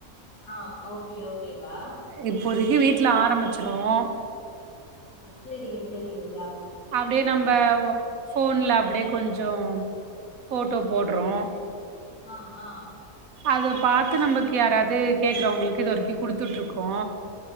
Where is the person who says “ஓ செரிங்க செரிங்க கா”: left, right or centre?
Left